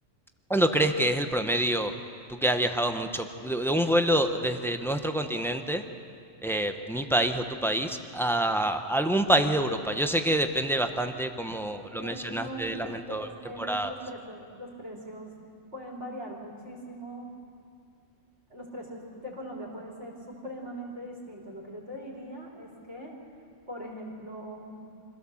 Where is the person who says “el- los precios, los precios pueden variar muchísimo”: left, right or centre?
Right